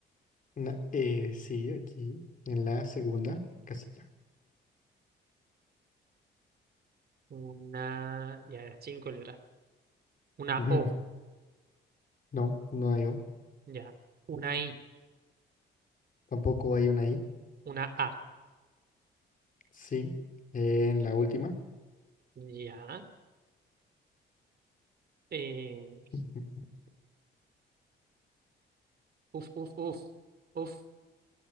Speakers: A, on the left; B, on the right.
A: Una E, sí, aquí, en la segunda casilla.
B: Una. Ya, era cinco letras. Una
A: <laughs>
B: O.
A: No, no hay O.
B: Ya. Una I.
A: Tampoco hay una I.
B: Una A.
A: Sí, en la última.
B: Ya. Eh,
A: <laughs>
B: uf, uf, uf. Uf.